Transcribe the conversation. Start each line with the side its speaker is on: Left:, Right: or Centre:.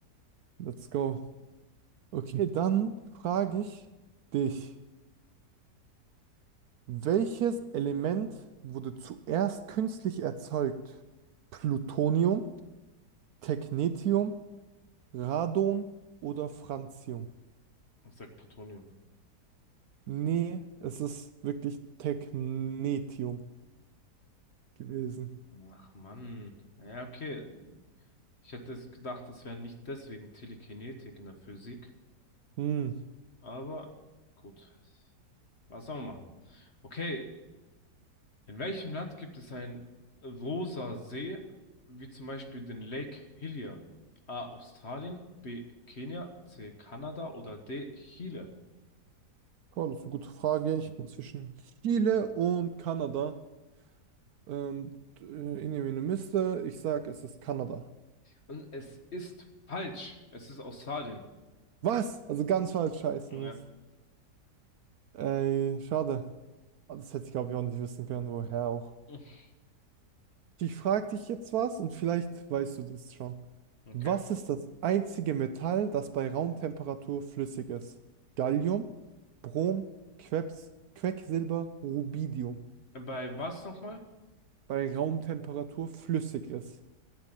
Right: Let's go. Okay, dann frage ich dich. Welches Element wurde zuerst künstlich erzeugt? Plutonium, Technetium, Radon oder Francium?
Left: Ich sag Plutonium.
Right: Nee, es ist wirklich Technetium gewesen.
Left: Ach Mann. Ja, okay. Ich hätte es gedacht, es wäre nicht deswegen Telekinetik in der Physik.
Right: Hm.
Left: Aber gut. Was soll man machen? Okay, In welchem Land gibt es einen rosa See, wie zum Beispiel den Lake Hillier? A. Australien, B. Kenia, C. Kanada oder D. Chile?
Right: Ja, das ist eine gute Frage. Ich bin zwischen Chile und Kanada. Ähm, d- äh, in eine Miste. Ich sag, es ist Kanada.
Left: Und es ist falsch. Es ist Australien.
Right: Was? Also ganz falsch, scheiße,
Left: Ja.
Right: Mist. Ey, schade. Ah, Das hätte ich, glaube ich, auch nicht wissen können, woher auch.
Left: <laughs>
Right: Ich frage dich jetzt was und vielleicht weißt du das schon.
Left: Okay.
Right: Was ist das einzige Metall, das bei Raumtemperatur flüssig ist? Gallium, Brom, Quecks, Quecksilber, Rubidium.
Left: Bei was nochmal?
Right: Bei Raumtemperatur flüssig ist.